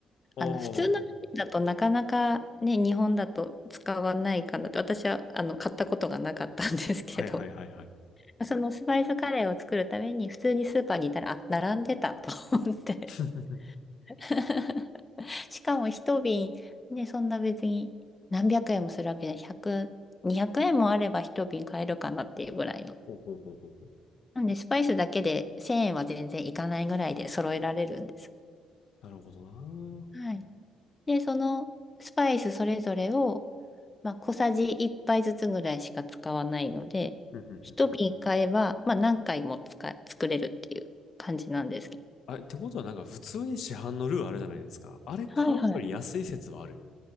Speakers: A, on the left; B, on the left.
A: ああ、
B: あの、普通の料理だとなかなかね、日本だと使わないかなと、私は、あの、買ったことがなかったんですけど、
A: はいはいはいはい。
B: そのスパイスカレーを作るために普通にスーパーにいたら、あ、並んでたと思って。
A: <laughs>
B: <laughs> しかも一瓶、ね、そんな別に何百円もするわけじゃ、100、200円もあれば一瓶買えるかなっていうぐらいの。
A: ほうほうほうほうほう
B: なんで、スパイスだけで1000円は全然いかないぐらいで揃えられるんです。
A: なるほどな
B: はい。
A: ー。
B: で、そのスパイスそれぞれを、まあ、小さじ1杯ずつぐらいしか使わないので、
A: うんうんうん
B: 一瓶買えば、まあ、何回も使え、作れるっていう感じなんですけど。
A: あ、ってことはなんか普通に市販のルーあるじゃないですか。あれ買うより安い説はあるっ
B: はいはい。